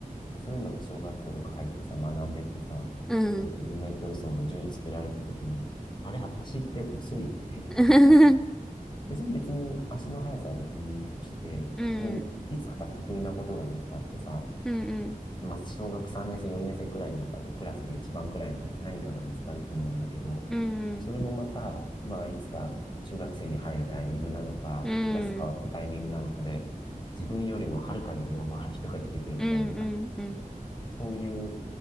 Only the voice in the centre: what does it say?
うん。
うん。
<laughs>
うん
うんうん。
うん
うん。
うん
うんうん。